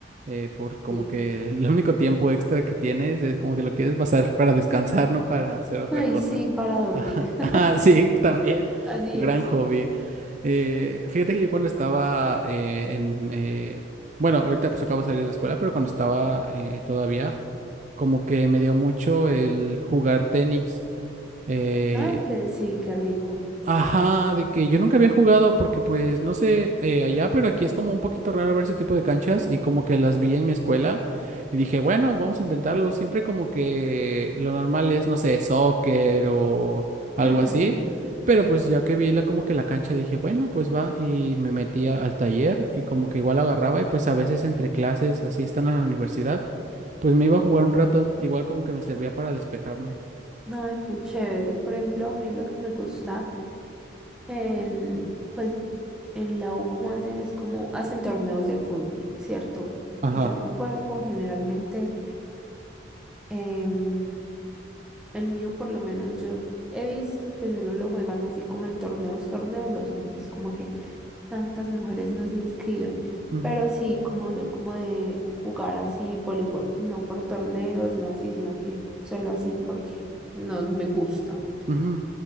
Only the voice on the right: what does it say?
Eh, por como
que el <laughs> único tiempo extra que tienes es como que lo quieres pasar para descansar, no para hacer otra
cosa.
Ajá, <laughs>
ajá, sí, también,
un gran
hobby. Eh, fíjate que yo cuando estaba eh, en, eh, bueno, ahorita pues acabo de salir de la escuela, pero cuando estaba eh, todavía, como que me dio mucho el jugar tenis. Eh,
Ajá, de que yo nunca había jugado porque pues no sé eh, allá, pero aquí es como un poquito raro ver ese tipo de canchas y como que las vi en mi escuela y dije, bueno, vamos a intentarlo. Siempre como que lo normal es, no sé, soccer o algo
así, pero pues ya que vi la, como que la cancha dije, bueno, pues va y me metía al taller y como que igual agarraba y pues a veces entre clases, así están en la universidad, pues me iba a jugar un rato, igual como que me servía para despejarme.
Ajá.
Ujú,
ujú,